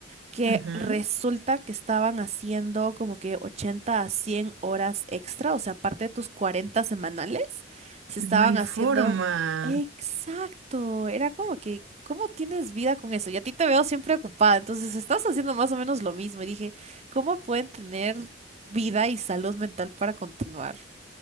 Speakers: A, on the right (about 35°); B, on the right (about 80°).
A: que
B: Ujú.
A: resulta que estaban haciendo como que 80 a 100 horas extra, o sea, aparte de tus 40 semanales, se estaban
B: No hay
A: haciendo...
B: forma.
A: Exacto, era como que, ¿cómo tienes vida con eso? Y a ti te veo siempre ocupada, entonces estás haciendo más o menos lo mismo. Y dije, ¿cómo pueden tener vida y salud mental para continuar?